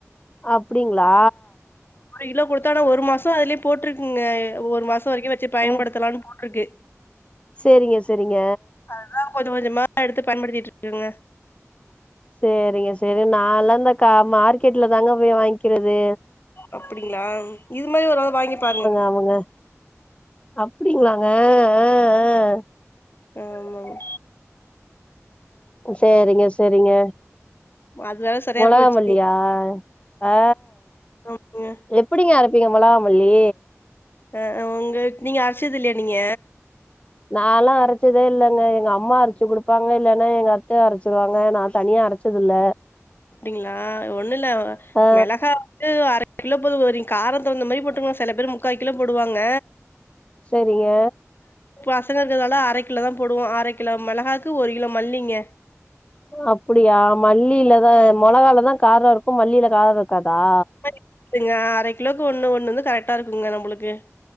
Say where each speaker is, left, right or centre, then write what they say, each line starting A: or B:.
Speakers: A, on the left (about 25°); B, on the left (about 45°).
A: அப்டிங்ளா
B: ஒரு கிலோ குடுத்தா ஆனா ஒரு மாசோ அதுலே போட்ருக்குங்க எ ஒரு மாசோ வரைக்கு வெச்சு பயன்படுத்தலானு
A: அ
B: போட்ருக்கு
A: சேரிங்க சேரிங்க
B: அது தா கொஞ்ச கொஞ்சமா எடுத்து பயன்படுத்திட்ருக்கங்க
A: சேரிங்க சேரி நால்லா இந்த க மார்க்கெட்ல தாங்க போய் வாங்க்கிறது
B: அப்டிங்ளா இது மாரி ஒரு நாள் வாங்கி பாருங்க
A: ஆமாங்க அப்டிங்ளாங்க ஏ ஏ
B: ஆமாங்
A: சேரிங்க சேரிங்க
B: அது வேற சரியா
A: மொளகா
B: போச்சு
A: மல்லியா ஆ
B: ஆமாங்க.
A: எப் டிங்க அரப்பீங்க மொளகா மல்லி
B: அ அ உங்க நீங்க அரச்சதில்லயா நீங்க
A: நால்லா அரச்சதே இல்லங்க எங்க அம்மா அரச்சு குடுப்பாங்க இல்லனா எங்க அத்த அரச்சிருவாங்க நா தனியா அரச் சதில்ல
B: அப்டிங்ளா ஒன்னுல்ல
A: ஆ
B: மெளஹா வந்து அர கிலோ போது <unintelligible> காரத் தகுந்த மாரி போட்டுக்கலா செல பேரு முக்கா கிலோ போடுவாங்க
A: செரிங்க
B: பசங்க இருக்கறதால அரக் கிலோ தா போடுவோ அரக் கிலோ மெளஹாக்கு ஒரு கிலோ மல்லிங்க
A: அப்படியா மல்லிலதா மொளகால தா காரோ இருக்கு மல்லில கார்ருக்காதா
B: <inaudible> ங்க அரக் கிலோக்கு ஒன்னு ஒன்னு வந்து கரக்ட்டா இருக்குங்க நம்ளுக்கு